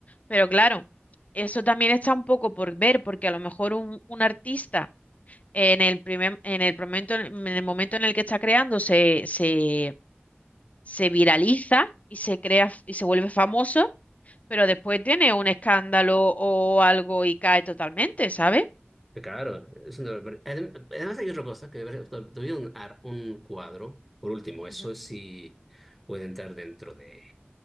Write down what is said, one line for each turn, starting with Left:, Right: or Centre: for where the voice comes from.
Left: Pero claro, eso también está un poco por ver, porque a lo mejor un, un artista en el primer, en el momento, en el momento en el que está creando se, se, se viraliza y se crea y se vuelve famoso pero después tiene un escándalo o algo y cae totalmente, ¿sabes?
Centre: Claro, es una, barbar- adem- además hay otra cosa que me parece, tu- tuvieron un, ar- un cuadro, por último, eso
Left: Ujú.
Centre: sí puede entrar dentro de,